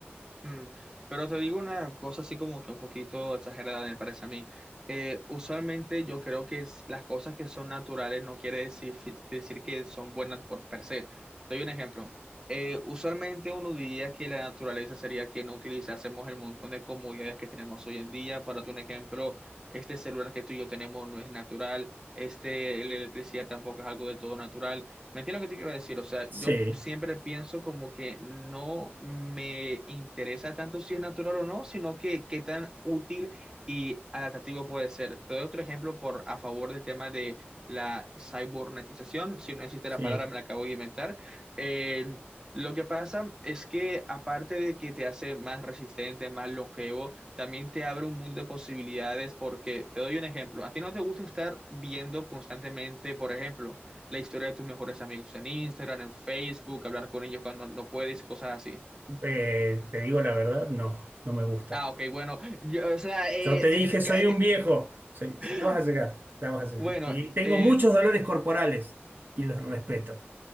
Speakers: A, on the right; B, on the right.
A: Mm, Pero te digo una cosa así como que un poquito exagerada, me parece a mí. Eh, usualmente yo creo que es- las cosas que son naturales no quiere decir, decir que son buenas por per se. Doy un ejemplo. Eh, usualmente uno diría que la naturaleza sería que no utilizásemos el montón de comodidades que tenemos hoy en día. Para tu ejemplo, este celular que tú y yo tenemos no es natural, este, la electricidad tampoco es algo del todo natural. ¿Me entiendes lo que te quiero decir? O sea,
B: Sí,
A: yo siempre pienso como que no me interesa tanto si es natural o no, sino que qué tan útil y adaptativo puede ser. Te doy otro ejemplo por a favor del tema de la cibernetización. Si no existe
B: sí.
A: la palabra, me la acabo de inventar. Eh, lo que pasa es que aparte de que te hace más resistente, más longevo, también te abre un mundo de posibilidades porque te doy un ejemplo. A ti no te gusta estar viendo constantemente, por ejemplo la historia de tus mejores amigos en Instagram, en Facebook, hablar con ellos cuando no puedes cosas así.
B: <laughs> eh, te digo la verdad, no, no me gusta.
A: Ah, ok, bueno, yo- o sea, eh,
B: Yo te dije,
A: eh, le
B: soy
A: ca-
B: un viejo. Soy-
A: <laughs>
B: ya vas a llegar, ya vas a
A: bueno,
B: llegar. Y tengo
A: eh,
B: muchos dolores corporales y los respeto.